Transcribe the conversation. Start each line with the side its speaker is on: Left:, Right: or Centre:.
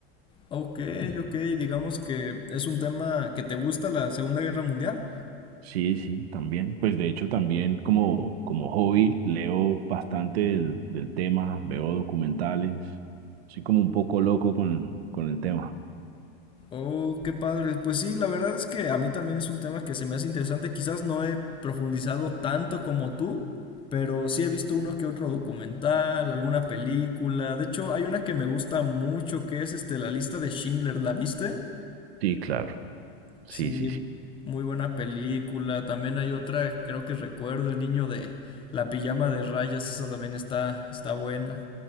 Left: Ok, ok, digamos que es un tema que te gusta la Segunda Guerra Mundial.
Right: Sí, sí, también. Pues de hecho también como, como hobby leo bastante del, del tema, veo documentales. Soy como un poco loco con, con el tema.
Left: Oh, qué padre. Pues sí, la verdad es que a mí también es un tema que se me hace interesante. Quizás no he profundizado tanto como tú, pero sí he visto uno que otro documental, alguna película. De hecho, hay una que me gusta mucho que es este La lista de Schindler, ¿la viste?
Right: Sí, claro. Sí,
Left: Sí,
Right: sí, sí.
Left: muy buena película. También hay otra, creo que recuerdo, El niño de la pijama de rayas, esa también está está buena.